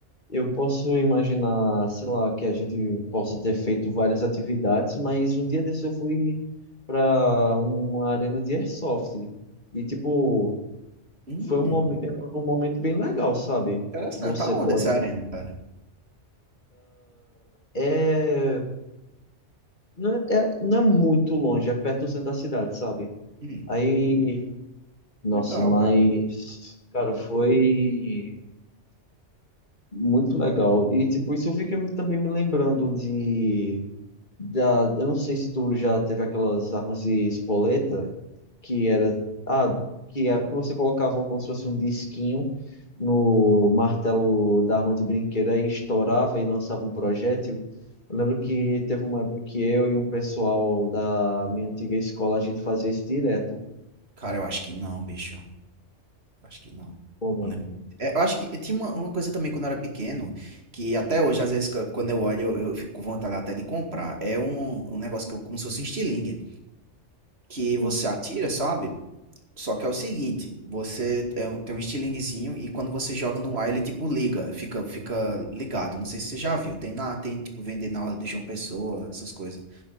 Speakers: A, on the left; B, on the right.
A: Eu posso imaginar, sei lá, que a gente possa ter feito várias atividades, mas um dia desse eu fui para uma arena de airsoft. E, tipo,
B: Hum,
A: foi um momento, um momento bem legal, sabe?
B: interessante.
A: Que você
B: Tá onde
A: pode.
B: essa arena, cara?
A: É... Não é, é- não é muito longe, é perto do centro da cidade, sabe?
B: Hum,
A: Aí, nossa,
B: legal,
A: mas,
B: cara.
A: cara, foi muito legal. E, tipo, isso eu fiquei também me lembrando de. da, eu não sei se tu já teve aquelas armas de espoleta que era, ah, que, é- que você colocava como se fosse um disquinho no martelo da arma de brinquedo e estourava e lançava um projétil. Eu lembro que teve uma época que eu e um pessoal da minha antiga escola a gente fazia isso direto.
B: Cara, eu acho que não, bicho. Eu acho que não.
A: Pô, mano.
B: Não lembro. É, eu acho que tinha uma, uma coisa também quando eu era pequeno, que até hoje, às vezes, qu- quando eu olho, eu, eu fico com vontade até de comprar. É um, um negócio que, eu- como se fosse um estilingue, que
A: Hum,
B: você atira, sabe? Só que é o seguinte, você é um- tem um estilinguezinho e quando você joga no ar, ele tipo liga, fica, fica ligado. Não sei se você já viu, tem na, tem tipo vender na hora de João Pessoa, essas coisas.